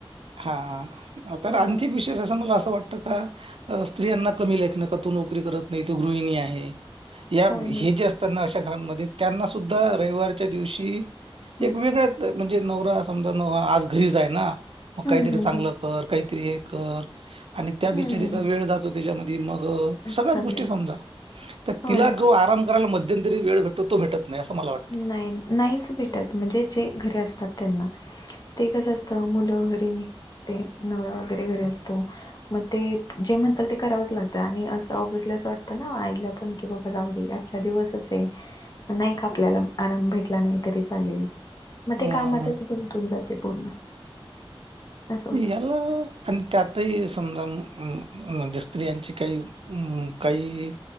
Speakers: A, on the right; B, on the left.
A: हा तर
B: हम्म,
A: आणखिक विशेष असं मला असं वाटतं का? स्त्रियांना कमी लेख न का तू नोकरी करत नाही तो गृहिणी आहे या
B: होय होय.
A: हे जे अस. ना अशा घरांमध्ये त्यांना सुद्धा रविवारच्या दिवशी
B: हम्म
A: एक वेगळ्या. म्हणजे नवरा समजा न आज घरीच आहे ना मग
B: हम्म
A: काहीतरी
B: हम्म
A: चांगलं. कर काहीतरी हे कर आणि त्या बिचारीचा
B: हम्म हम्म
A: वेळ जातो त्याच्यामध्ये मग.
B: अख्खा
A: सगळ्याच गोष्टी
B: दिवस
A: समजा तर
B: होय
A: तिला जो आराम करायला मध्यंतरी वेळ भेटतो तो भेटत नाही असं मला वाटतं.
B: नाही नाहीच भेटत म्हणजे जे घरी असतात त्यांना ते कसं असतं मुलं घरी ते नवरा वगैरे घरी असतो. मग ते जे म्हणताात ते करावंच लागतं आणि अस बजल्या असं वाटतं ना आईला पण की बाबा जाऊ दे. अच्छा दिवसच आहे नाही. आपल्याला आराम भेटला नाही तरी चालेल मग
A: अं,
B: ते कामातच गुंतून जाते पूर्ण. असं होत.
A: एला. आणि त्यातही समजा म्हणजे स्त्रियांची काही काही.